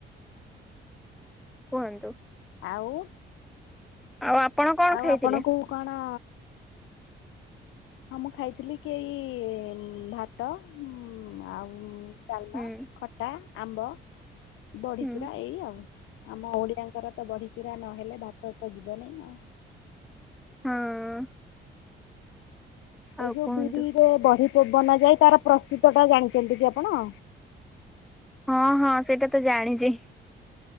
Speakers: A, in the centre; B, on the left.
A: କୁହନ୍ତୁ।
B: ଆଉ
A: ଆଉ ଆପଣ? କଣ
B: ଆଉ
A: ଖାଇଥିଲେ
B: ଆପଣଙ୍କୁ କଣ ହଁ ମୁଁ ଖାଇଥିଲି କେହି ଭାତ ଆଉ ଡାଲମା
A: ହୁଁ
B: ଖଟା ଆମ୍ବ ବଢ଼ିଚୁରା
A: ହୁଁ
B: ଏଇ ଆଉ। ଆମ ଓଡିଆଙ୍କର ତ ବଢିଚୁରା ନହେଲେ ଭାତ ତ ଯିବନି ଆଉ।
A: ହଁ।
B: ଏଇ
A: ଆଉ
B: ଯୋଉ
A: କୁହନ୍ତୁ
B: ବିରିରେ ବଢି ବନା ଯାଏ ତାର ପ୍ରସ୍ତୁତ ଟା ଜାଣିଛନ୍ତି କି ଆପଣ?
A: ହଁ ହଁ ସେଇଟା ତ ଜାଣିଛି।